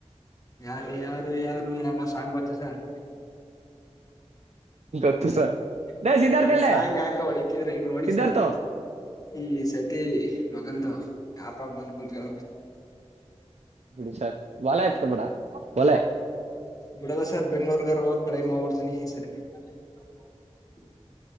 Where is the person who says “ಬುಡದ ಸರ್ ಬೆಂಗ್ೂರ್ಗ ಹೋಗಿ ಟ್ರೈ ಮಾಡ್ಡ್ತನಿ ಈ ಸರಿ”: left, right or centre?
Left